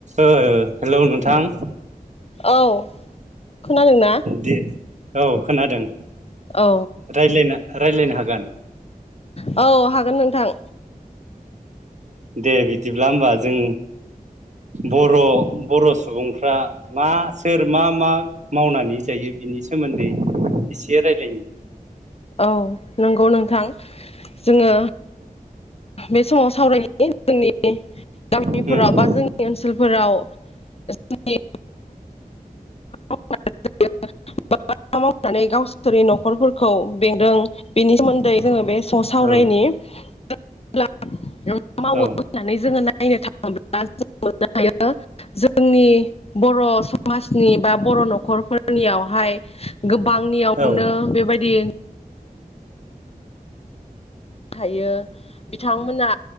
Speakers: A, on the right; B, on the left.
A: ओ हेलौ नोंथां। <inaudible>
B: औ खोनादोंना?
A: दे औ खोनादों।
B: औ
A: रायज्लायना रायज्लायनो हागोन?
B: औ हा हागोन नोंथां।
A: दे बिदिब्ला होमबा जों बर' बर' सुबुंफ्रा मा सोर मा मा मावनानै जायो बिनि सोमोन्दै इसे रायलायनि।
B: औ नों गौ नोंथां। जोङो। बे समाव सावरायनि जोंनि गामिफोराव
A: उम
B: बा जोंनि ओनसोलफोराव जोंनि <unintelligible> मावनानै गावसोरनि न'खरफोरखौ बेंदों बेनि सोमोन्दै जोङो बे स सावरायनि
A: औ
B: <unintelligible> मावो
A: औ
B: होननानै जोङो नायनो थाङोब्ला जों मोननो हायो जोंनि बर' समाजनि बा बर' न'खरफोरनियावहाय गोबांनियावनो
A: औ
B: बेबायदि थायो बिथांमोना